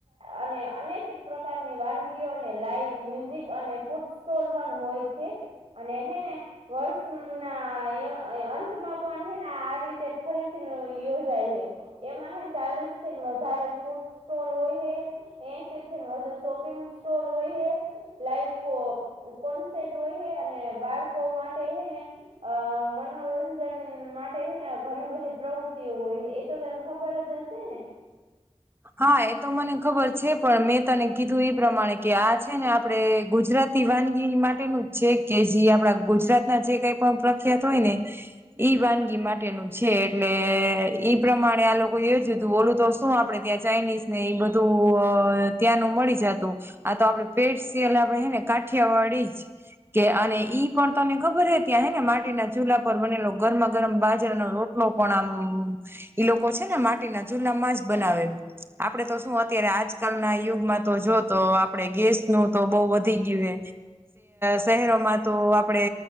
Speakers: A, on the right; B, on the right.
A: અને અનેક પ્રકારની વાનગીઓને લાઈવ મ્યુઝિક અને ફૂડ સ્ટોર પણ હોય છે. અને હેને વર્ષ ના અંતમાં પણ હેને આ રીત ફરીથી યયો જાય હ એમાં હ ચાલીસ થી વધારે ફૂડ સ્ટોલ હોય હ. એસી ને વધુ શોપિંગ સ્ટોલ હોય. લાઈ કોટ હોય અને બાળકો માટે હને. અ મનોરંજન માટે ને ઘણી બધી પ્રવૃત્તિઓ હોય એ તો તને ખબર જ હશે ને
B: હા એ તો મને ખબર છે પણ મેં તને કીધું એ પ્રમાણે કે આ છે ને આપણે ગુજરાતી વાનગી માટેનું જ છે કે જે આપડા ગુજરાત ના જે કઈ પણ પ્રખ્યાત હોય ને ઈ વાનગી માટેનું છે એટલે ઈ પ્રમાણે આ લોકો એ જ હતું બોલું તો શું આપડે ત્યાં ચાઇનીઝ ને એ બધું ત્યાંનું મળી જતું આ તો આપડે પેટ સલ આપડે હે ને કાઠિયા વાળી જ. કે અને ઈ પણ તને ખબર હે ત્યાં હે ને માટીના ચૂલા પર બનેલો ગરમા ગરમ બાજરનો રોટ પણ આમ ઈ લોકો છે ને માટીના જુલામાં જ બનાવે આપડે તો શું અત્યારે આજકાલ ના યુગમાં તો જો તો આપડે ગેસ નું તો બઉુ વધી ગયું હ શહેરોમાં. તો આપડે